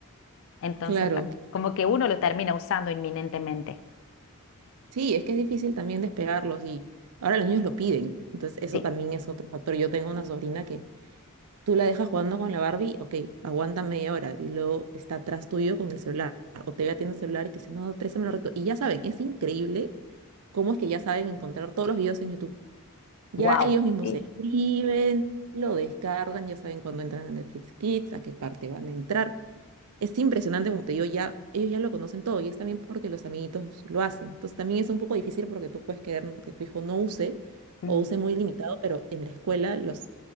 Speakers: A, on the left; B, on the right.
A: Entonces,
B: Claro,
A: bueno, como que uno lo termina usando inminentemente.
B: sí, es que es difícil también despegarlos y ahora los niños lo piden, entonces eso
A: Sí,
B: también es otro factor. Yo tengo una sobrina que tú la dejas jugando con la Barbie, ok, aguanta media hora y luego está atrás tuyo con el celular o te ve atiendo el celular y te dice, no, préstame un rato. Y ya saben, es increíble cómo es que ya saben encontrar todos los videos en YouTube. Ya
A: wow.
B: ellos mismos
A: Sí.
B: se escriben, lo descargan, ya saben cuándo entran a Netflix Kids, a qué parte van a entrar. Es impresionante, como te digo, ya, ellos ya lo conocen todo y es también porque los amiguitos lo hacen. Entonces también es un poco difícil porque tú puedes querer que tu hijo no use
A: Mm.
B: o use muy limitado, pero en la escuela los,